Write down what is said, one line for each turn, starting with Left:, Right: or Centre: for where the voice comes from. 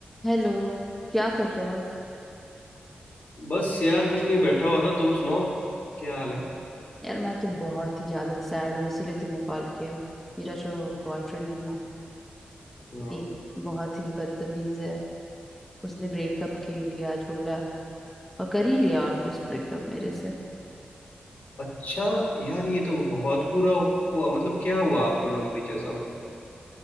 Centre: Hello क्या कर रहे हो
Left: बस यार कुछ नहीं बैठा हुआ था तुम सुनाओ क्या हाल है
Centre: यार मैं तो बहुत ही ज्यादा सैड हूँ इसीलिए तुम्हें कॉल किया मेरा जो बॉयफ्रेंड है ना
Left: हम्म
Centre: एक बहुत ही बदतमीज है उसने ब्रेकअप के लिए आज बोला और कर ही लिया ऑलमोस्ट ब्रेकअप मेरे से
Left: अच्छा यार ये तो बहुत पूरा हुआ मतलब क्या हुआ आप दोनों के बीच ऐसा मतलब